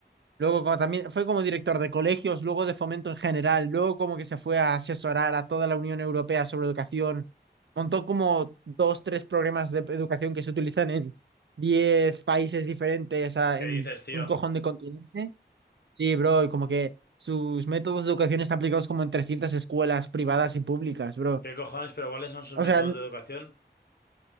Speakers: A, on the right; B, on the left.
A: Luego como también fue como director de colegios, luego de fomento en general, luego como que se fue a asesorar a toda la Unión Europea sobre educación. Montó como dos, tres programas de educación que se utilizan en diez países diferentes, a-
B: ¿Qué
A: en
B: dices, tío?
A: un cojón de continente. Sí, bro, y como que sus métodos de educación están aplicados como en 300 escuelas privadas y públicas, bro.
B: ¿Qué cojones? ¿Pero cuáles son sus
A: O
B: métodos
A: sea,
B: de educación?